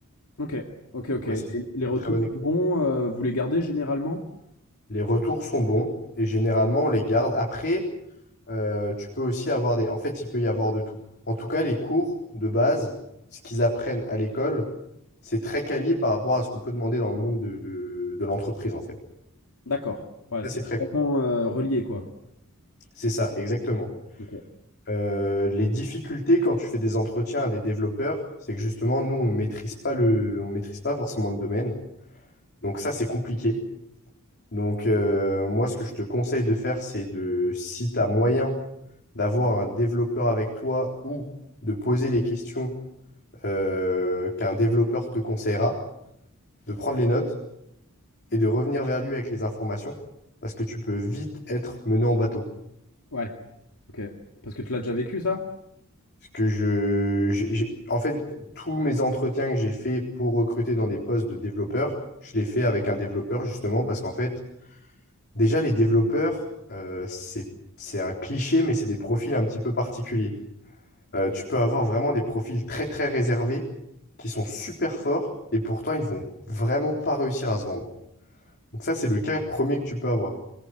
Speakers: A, on the left; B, on the left.
A: Ok, ok, ok.
B: Donc, ouais,
A: Et
B: c'est
A: les retours
B: une très bonne école.
A: sont bons. euh, vous les gardez généralement?
B: Les retours sont bons et généralement, on les garde. Après, euh, tu peux aussi avoir des... En fait, il peut y avoir de tout. En tout cas, les cours de base, ce qu'ils apprennent à l'école, c'est très quali par rapport à ce qu'on peut demander dans le monde de, de l'entreprise, en fait.
A: D'accord. Ouais,
B: Ça,
A: c'est
B: c'est très
A: vraiment
B: cool.
A: euh, relié, quoi.
B: C'est ça, exactement.
A: Ok.
B: Euh, les difficultés quand tu fais des entretiens à des développeurs, c'est que justement, nous, on maîtrise pas le, on maîtrise pas forcément le domaine. Donc ça, c'est compliqué. Donc euh, moi, ce que je te conseille de faire, c'est de, si tu as moyen d'avoir un développeur avec toi ou de poser les questions euh, qu'un développeur te conseillera, de prendre les notes et de revenir vers lui avec les informations, parce que tu peux vite être mené en bateau.
A: Ouais. Ok. Parce que tu l'as déjà vécu, ça?
B: Parce que je, j'ai- j'ai- en fait, tous mes entretiens que j'ai fait pour recruter dans des postes de développeurs, je les fais avec un développeur justement parce qu'en fait, déjà les développeurs, euh, c'est, c'est un cliché, mais c'est des profils un petit peu particuliers. Euh, tu peux avoir vraiment des profils très très réservés qui sont super forts et pourtant ils vont vraiment pas réussir à se vendre. Donc ça, c'est le cas premier que tu peux avoir.